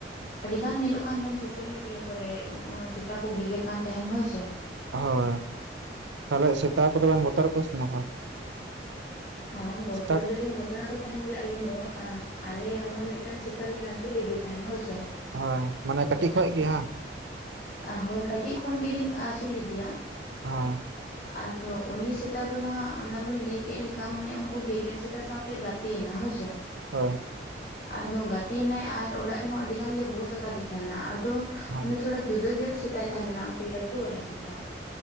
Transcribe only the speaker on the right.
ᱦᱚᱭ ᱛᱟᱦᱚᱞᱮ ᱥᱮᱛᱟ ᱠᱚᱫᱚ ᱵᱤᱱ ᱵᱚᱛᱚᱨ ᱟᱠ ᱠᱚ ᱥᱮ <unintelligible>
ᱥᱮᱛᱟ
ᱦᱚᱸ ᱢᱟᱱᱮ ᱠᱟᱹᱴᱤᱡ ᱠᱷᱚᱡ ᱜᱮ <unintelligible>
ᱦᱟᱸ
ᱦᱳᱭ
ᱦᱳᱭ